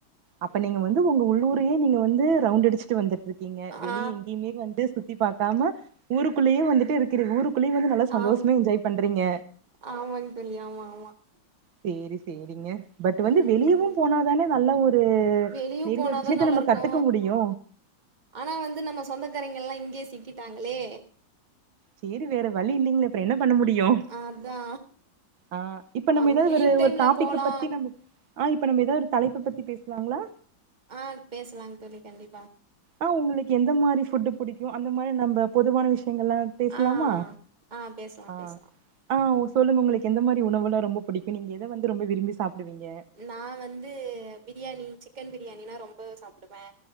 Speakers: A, on the right; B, on the right.
A: அப்ப நீங்க வந்து உங்க உள்ளூரியே நீங்க வந்து ரவுண்ட் அடிச்சிட்டு வந்துட்ருக் கீங்க வெளிய
B: ஆ
A: எங்கிமே வந்து சுத்திப் பாக்காம ஊருக்குள்ளியே வந்துட்டு இருக்கிற ஊருக் குள்ளியே வந்து நல்லா சந்தோஷமா
B: ஆம்
A: என்ஜாய் பண்றீங்க
B: ஆமாங் தோழி ஆமா ஆமா
A: சேரி சேரிங்க பட் வந்து
B: ம்
A: வெளியவும் போனாதானே நல்ல ஒரு அ
B: வெளிய
A: நெறிய
B: போனாதா
A: விஷ்யத்த
B: நல்லாருக்கு
A: நம்ப கத்துக்க முடியு
B: ஆனா வந்து நம்ம சொந்தக்காரைங்கல்லா இங்யே சிக்கிட்டாங்களே
A: சேரி வேற வழி இல்லிங்ளேப் அப்றோ என்ன பண்ண முடியு
B: அதா
A: ஆ இப்ப நம்ப
B: அவ்
A: எதாது
B: லீவ்
A: ஒரு
B: டைம்ல
A: ஒரு டாப்பிக்க
B: போலா
A: பத்தி நம்ப ஆ இப்ப நம்ப எதாவொரு தலைப்ப பத்தி பேச்லாங்ளா
B: ஆ பேச்லாங் தோழி கண்டிப்பா
A: ஆ உங்குளுக்கு எந்த மாரி ஃபுட்டு் புடிக்கு அந்த மாரி நம்ப பொதுவான விஷ்யங்கள்லா பேச்லாமா
B: ஆ ஆ பேசலா
A: ஆ
B: பேசலா
A: ஆ ஓ சொல்லுங்க உங்களுக்கு எந்த மாரி உணவெல்லா ரொம்ப பிடிக்கு நீங்க எத வந்து ரொம்ப விரும்பி சாப்பிடுவீங்க
B: நா வந்து பிரியாணி சிக்கன் பிரியாணினா ரொம்பவே சாப்புடுவே